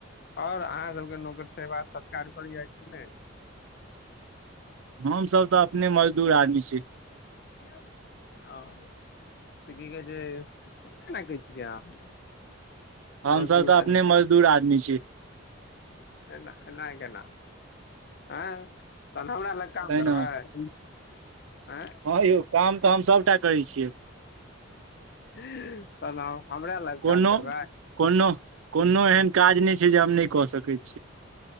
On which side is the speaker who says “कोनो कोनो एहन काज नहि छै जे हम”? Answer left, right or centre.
Right